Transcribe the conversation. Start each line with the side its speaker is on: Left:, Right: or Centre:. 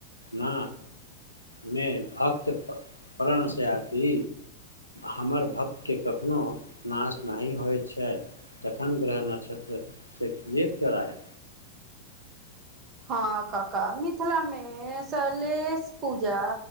Left: ना मे भक्त प्रणसँ आती हमर भक्तके कखनो नाश नहि होय छै तखन ग्रह नक्षत्र से किएक डरायब
Right: हँ काका मिथिलामे सेलेश पूजा